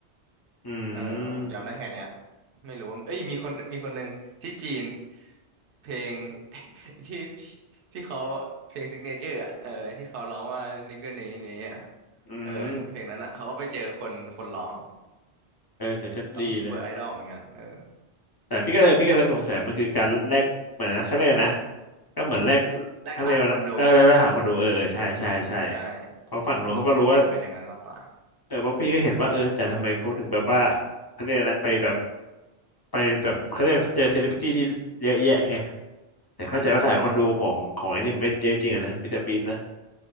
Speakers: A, on the left; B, on the right.
A: อื
B: เออผมจำได้แค่เนี้ย
A: ม
B: ไม่รู้ว่าเอ้ยมีคนมีคนหนึ่งที่จีนเพลง <laughs> ที่ที่เขาเพลงซิกเนเจอร์อ่ะเออที่เขาร้องว่า n i g กิ r นี้นี้อ่ะ
A: อืม
B: เออเพลงนั้นอ่ะเขาก็ไปเจอคนคนร้อง
A: เออแต่ก็ดีนะ
B: แล้วก็ซูเปอร์ไอดอลเหมือนกันเออ
A: แต่พี่ก็เออพี่ก็เลยสงสัยมันคือการแลกเหมือนนะเขาเรียกนะก็เหมือนแลก
B: แลกฐานคนดู
A: เขาเรียกว่านะเออแล้วแล้วหาคนดูเออเออใช่ใช่ใช่
B: ใช่
A: เพราะฝั่งนู้นเขาก็รู้ว่า
B: สผมเห็นเป็นอย่างนั้นมากกว่า
A: เออเพราะพี่ก็เห็นว่าเออแต่ทำไมเขาถึงแบบว่าเขาเรียกนะไปแบบไปแบบเขาเรียกเจอเซเลบริตี้ที่เยอะแยะไง แต่เข้าใจว่าฐานคนดูของของไอ้นี่มันก็เยอะจริงอะนะบิตาบิตนะ
B: อืม